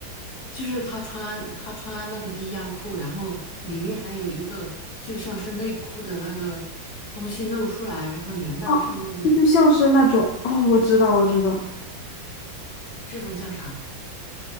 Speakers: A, on the left; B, on the left.
A: 就是他穿他穿那个低腰裤，然后里面还有一个就像是内裤的那个东西露出来，然后连到上面的
B: 哦，这就像是那种哦，我知道，我知道，
A: 这种叫啥？